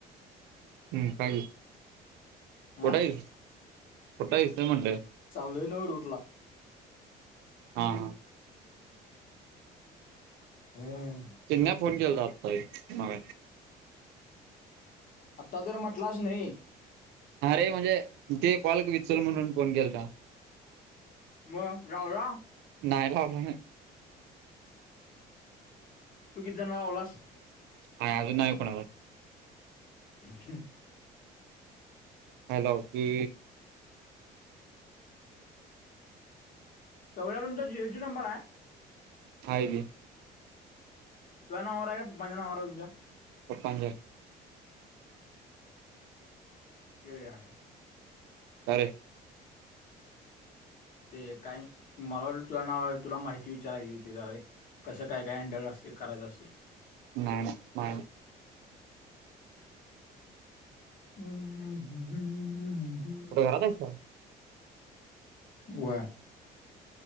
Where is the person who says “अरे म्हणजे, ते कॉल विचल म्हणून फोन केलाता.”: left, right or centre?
Right